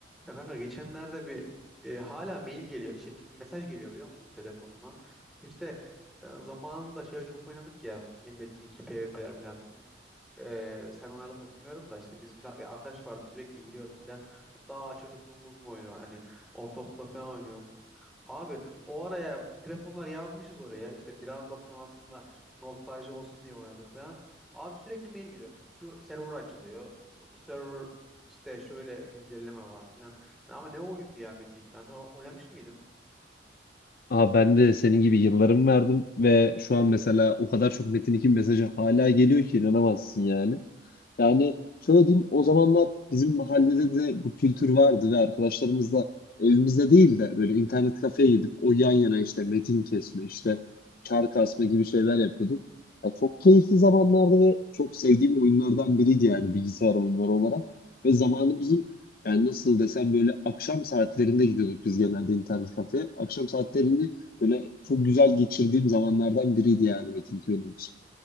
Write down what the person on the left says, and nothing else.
Aha ben de senin gibi yıllarımı verdim ve şu an mesela o kadar çok Metin 2 mesajı hala geliyor ki inanamazsın yani. Yani şöyle diyeyim o zamanlar bizim mahallede de bu kültür vardı ve arkadaşlarımızla evimizde değil de böyle internet kafeye gidip o yan yana işte metin kesme işte çark asma gibi şeyler yapıyorduk. Ya çok keyifli zamanlardı ve çok sevdiğim oyunlardan biriydi yani bilgisayar oyunları olarak. Ve zamanımızın yani nasıl desem böyle akşam saatlerinde gidiyorduk biz genelde internet kafeye. Akşam saatlerini böyle çok güzel geçirdiğim zamanlardan biriydi yani Metin 2 benim için.